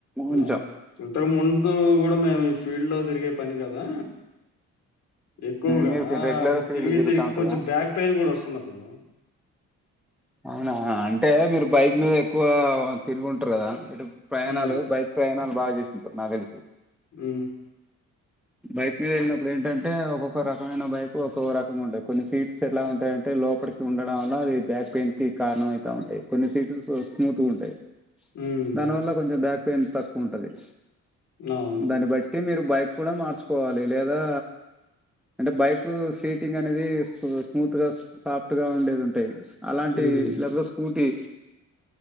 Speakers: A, on the left; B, in the centre.
A: ఇంగ
B: కొంచెం
A: ఇంతకు ముందు కూడ మేము ఈ ఫీల్డ్ లో తిరిగే పని కదా! ఎక్కువగా
B: మీరు రెగ్యులర్
A: అది
B: ఫీల్డ్
A: తిరిగి
B: తిరుగుతా
A: తిరిగి
B: ఉంటారా
A: కొంచెం బ్యాక్ పెయిన్ కూడ వస్తుంది అప్పుడు
B: అవునా అంటే
A: హ్మ్.
B: మీరు బైక్ మీద ఎక్కువా తిరిగి ఉంటరు కదా ఇటు పయాణాలు
A: హ్మ్.
B: బైక్ పయాణాలు బాగా చేసింటరు నాకు తెలిసి
A: మ్మ్ఁ
B: బైక్ మీద ఎళ్ళినప్పుడు ఏంటంటే ఒక్కొక్క రకమైన బైక్ ఒక్కొక్క రకంగా ఉంటది, కొన్ని సీట్స్ ఎలా ఉంటాయంటే లోపలికి ఉండడం వల్ల అవి బ్యాక్ పెయిన్ కీ కారణం అయితా ఉంటయి, కొన్ని సీట్స్ సో స్మూత్గా ఉంటయి.
A: హ్మ్.
B: దాని వల్ల కొంచం బ్యాక్ పెయిన్ తక్కువ ఉంటది.
A: అవును.
B: దాన్ని బట్టి మీరు బైక్ కూడ మార్చుకోవాలి లేదా అంటే బైక్ సీటింగ్ అనేది స్మూత్ గా సాఫ్ట్ గా ఉండేది ఉంటయి అలాం
A: హ్మ్.
B: టి లేపోతే స్కూటీ